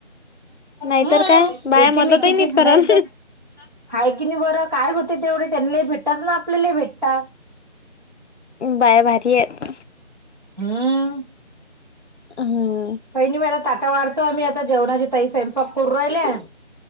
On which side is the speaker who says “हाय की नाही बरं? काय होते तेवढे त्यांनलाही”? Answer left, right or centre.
Right